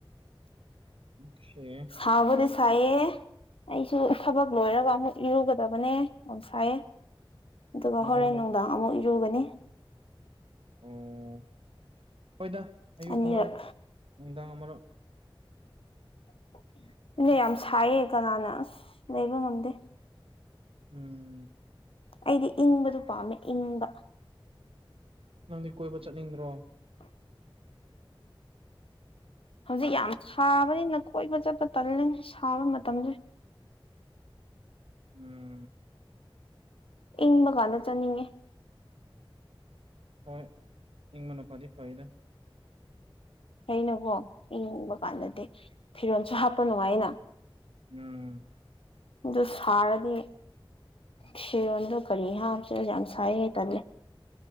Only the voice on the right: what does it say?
ꯎꯝ ꯁꯦꯡꯉꯦ
ꯅꯣꯡꯃꯗ
ꯑꯣ ꯍꯣꯏꯗ ꯑꯌꯨꯛ
ꯑꯃꯔꯛ ꯅꯨꯡꯗꯥꯡ ꯑꯃꯔꯛ
ꯎꯝ
ꯅꯪꯗꯤ ꯀꯣꯏꯕ ꯆꯠꯅꯤꯡꯗ꯭ꯔꯣ
ꯎꯝ
ꯍꯣꯏ ꯏꯪꯕꯅ ꯐꯗꯤ ꯐꯩꯗ
ꯎꯝ